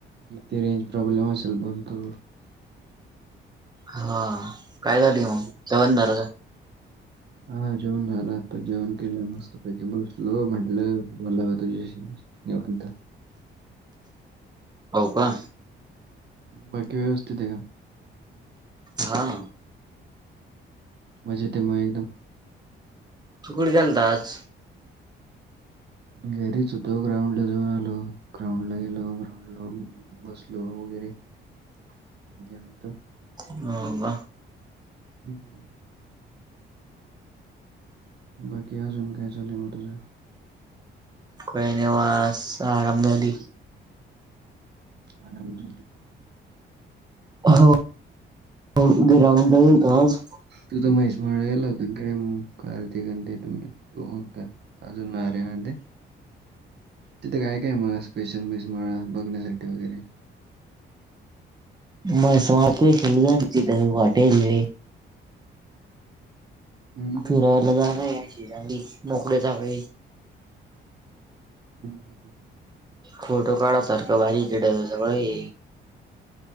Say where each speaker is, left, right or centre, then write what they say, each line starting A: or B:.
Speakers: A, on the right; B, on the right.
A: ते रेंज प्रॉब्लेम असेल बोल तू.
B: हां काय झाली मग जेवण झाल का?
A: हा जेवण झाल आत्ता जेवण केल मस्त पैकी बसलो म्हंटल बोलाव तुझ्याशी मस्त. निवांत.
B: हो का?
A: बाकी व्यवस्थित आहे का?
B: हां
A: मजेतय मग एकदम.
B: तू कुठ गेलता आज?
A: घरीच होतो ग्राउंड ला जाऊन आलो ग्राउंडला गेलो <unintelligible> ल बसलो वगैरे निवांत.
B: हो का.
A: हम्म बाकी अजून काय चालू आहे मग तुझ?
B: काही नाही बास आराम मधी
A: <unintelligible>
B: हो हो ग्राउंडला गेलतो आज.
A: तुझ म्हैसमाळला गेला होता काय मग अर्ध्या घंट्यात येतो मी. हो का अजून <unintelligible> ना ते तिथ काय काय मग स्पेशल म्हैसमाळला बघण्यासाठी वगैरे.
B: <unintelligible> <unintelligible> आहे
A: हम्म.
B: फिरायला जाात शिजा <unintelligible> मोकळेचाकळे
A: हम्म
B: फोटो काढायसारखं भारी आहे तीथ सगळ आहे.